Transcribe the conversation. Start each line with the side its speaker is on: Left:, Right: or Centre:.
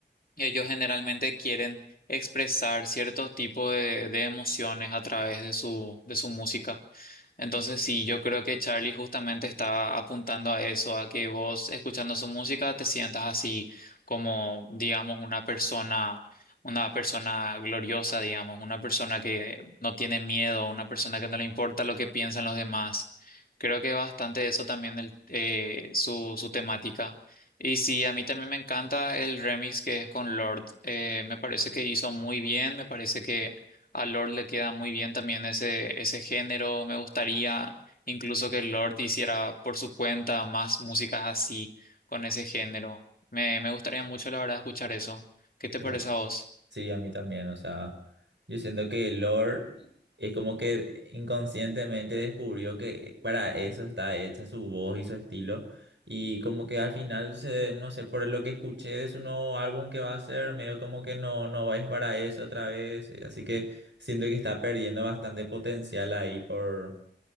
Left: ellos generalmente quieren expresar ciertos tipos de, de emociones a través de su, de su música. Entonces, sí, yo creo que Charlie justamente está apuntando a eso, a que vos escuchando su música te sientas así como, digamos, una persona, una persona gloriosa, digamos, una persona que no tiene miedo, una persona que no le importa lo que piensan los demás. Creo que es bastante eso también el- eh, su, su temática. Y sí, a mí también me encanta el remix que es con Lord. Eh, me parece que hizo muy bien, me parece que a Lord le queda muy bien también ese, ese género. Me gustaría incluso que Lord hiciera por su cuenta más músicas así, con ese género. Me, me gustaría mucho, la verdad, escuchar eso. ¿Qué te
Right: claro.
Left: parece a vos?
Right: Sí, a mí también, o sea, yo siento que Lord es como que inconscientemente descubrió que para eso está hecha su voz y su estilo y como que al final se, no sé, por lo que escuché de su nuevo álbum que va a hacer, medio como que no, no es para eso otra vez, así que siento que está perdiendo bastante potencial ahí por